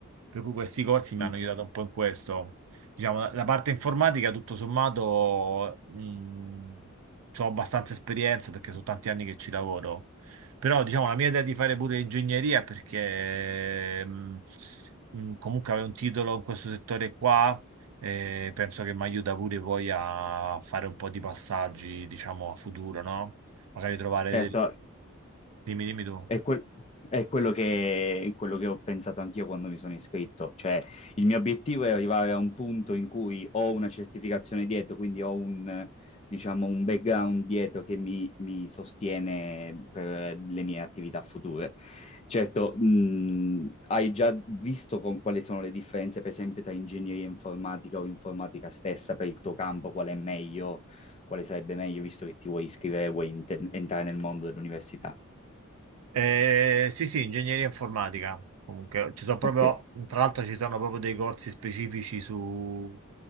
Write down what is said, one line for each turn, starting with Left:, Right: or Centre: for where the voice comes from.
Right: per cui questi corsi mi
Left: Mm.
Right: hanno aiutato un po' in questo. Diciamo, la la parte informatica, tutto sommato, mh, ho abbastanza esperienza perché sono tanti anni che ci lavoro però diciamo la mia idea di fare pure ingegneria perché mh, mh, comunque avevo un titolo in questo settore qua e penso che mi aiuta pure poi a fare un po' di passaggi, diciamo, a futuro, no? Magari trovare...
Left: Certo,
Right: del- Dimmi, dimmi tu.
Left: è, quel- è quello che, quello che ho pensato anch'io quando mi sono iscritto, cioè il mio obiettivo è arrivare a un punto in cui ho una certificazione dietro, quindi ho un, diciamo, un background dietro che mi, mi sostiene per le mie attività future. Certo, mh, hai già visto com- quali sono le differenze, per esempio, tra ingegneria informatica o informatica stessa per il tuo campo, qual è meglio? quale sarebbe meglio, visto che ti vuoi iscrivere, vuoi inte- entrare nel mondo dell'università.
Right: Eh, sì, sì, ingegneria informatica. Comunque, ci sono proprio,
Left: Ok.
Right: tra l'altro ci sono proprio dei corsi specifici su